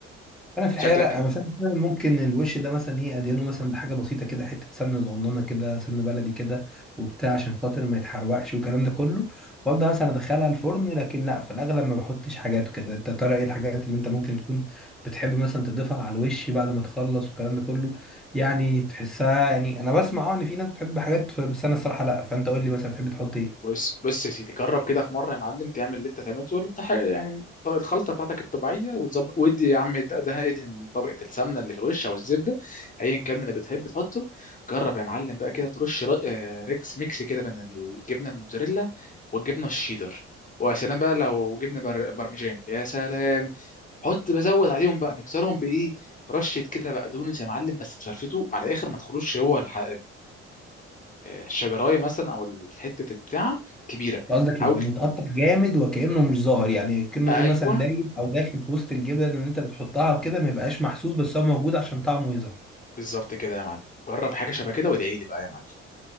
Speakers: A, in the centre; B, on the left.
A: انا في الحقيقه
B: شكلك
A: لا مثلا ممكن الوش ده مثلا ايه ادهنه مثلا بحاجه بسيطه كده حته سمنه صغننه كده سمنه بلدي كده وبتاع عشان خاطر ما يتحرقش والكلام ده كله وابدا مثلا ادخلها الفرن لكن لا في الاغلب ما بحطش حاجات وكده انت ترى ايه الحاجات اللي انت ممكن تكون بتحب مثلا تضيفها على الوش بعد ما تخلص والكلام ده كله يعني تحسها يعني انا بسمع اه ان في ناس بتحب حاجات بس انا الصراحه لا فانت قول لي مثلا بتحب تحط ايه
B: بص بص يا سيدي جرب كده في مره يا معلم تعمل اللي انت تعمله ولا بتاع- يعني ط- الخلطه بتاعتك الطبيعيه وتظبط ودي يا عم ده, ده ادهن طبقه السمنه اللي في الوش او الزبده ايا كان اللي بتحب تحطه جرب يا معلم بقى كده ترش ر- آه، ريكس ميكس كده بين الجبنه الموتزاريلا والجبنه الشيدر ويا سلام بقى لو جبنه بر... برمجان يا سلام حط بزود عليهم بقى تكسرهم بايه رشه كده بقدونس يا معلم بس تفرفته على الاخر ما تخلوش هو الح... الشجرايه مثلا او حته البتاع كبيره
A: قصدك
B: حاول
A: يبقى متقطع جامد وكأنه مش ظاهر يعني كأنه
B: ايوه
A: ايه مثلا دايب او داخل في وسط الجبن اللي انت بتحطها وكده ما يبقاش محسوس بس هو موجود عشان طعمه يظهر
B: بالظبط كده يا معلم جرب حاجه شبه كده وادعي لي بقى يا معلم